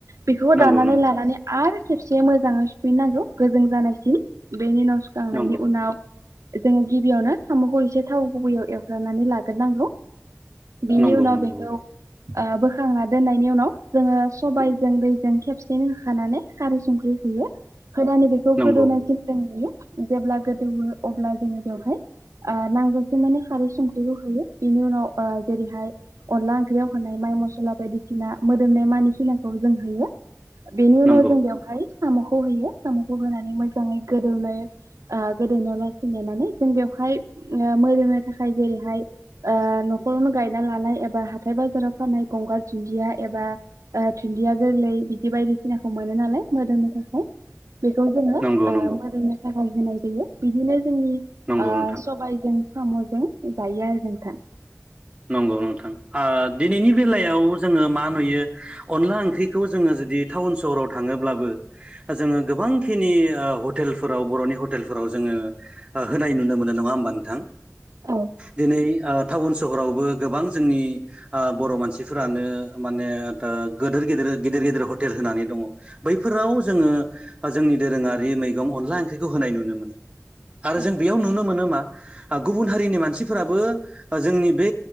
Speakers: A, on the right (about 80°); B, on the right (about 20°).
A: बेखौ
B: नंगौ
A: दाननानै
B: नंगौ
A: लानानै आरो खेबसे मोजाङै सुफिननांगौ गोजों जानायसिन बेनि उनाव सुखांनायनि
B: नंगौ
A: उनाव जोङो गिबियावनो साम'खौ एसे थाव गुबैयाव एवग्रोनानै लाग्रोनांगौ। बिनि
B: नंगौ
A: उनाव
B: नंगौ
A: बेखौ ओ बोखांना दोननायनि उनाव जोङो सबायजों दैजों खेबसेनो होखानानै खारै संख्रि होयो गोदानै बेखौ
B: नंगौ
A: गोदौनायसिम
B: नंगौ
A: जों नुयो जेब्ला गोदौ अब्ला जोङो बेवहाय ओ नांजासे माने खारै संख्रिखौ होयो बेनि उनाव ओ जेरैहाय अनला ओंख्रियाव होनाय होनाय मसला बायदिसिना मोदोमनाय मानिखिनाखौ जों होयो बेनि उनाव
B: नंगौ
A: जों बेवहाय साम'खौ होयो साम'खौ होनानै मोजाङै गोदौनो ओ गोदौ <unintelligible> जों बेवहाय मोदोमनय थाखाय जेरैहाय ओ न'खरावनो गायना लानाय एबा हाथाय बाजाराव फाननाय गंगार दुन्दिया एबा दुदिया गोरलै बिदि बायदिसिना खौ मोनो नालाय मोदोमनो थाखाय बेखौ जोङो
B: नंगौ
A: ओ
B: नंगौ
A: मोदोमनो थाखाय होनाय जायो बिदिनो जोंनिओ
B: नंगौ नोंथां
A: सबायजों साम'जों जायो आरो जों हा
B: नंगौ नोंथां ओ दिनैनि बेलायाव जोङो मा नुयो अनला ओंख्रिखौ जोङो जुदि टाउन सहराव थाङोब्लाबो जोङो गोबांखिनि हटेलफोराव बर'नि हटेलफोराव जोङो होनाय नुनो मोननाय नङा होमबा नोंथां?
A: औ
B: दिनै ओ टाउन सहरावबो गोबां जोंनि ओ बर' मानसिफोरानो माने दा गेदिर हटेल होनानै दङ बैफोराव जोङो जोंनि दोरोङारि मैगं अनला ओंख्रिखौ होनाय नुयो आरो
A: औ
B: जों बेयाव नुनो मोनो मा गुबुन हारिनि मानसिफोराबो जोंनि बे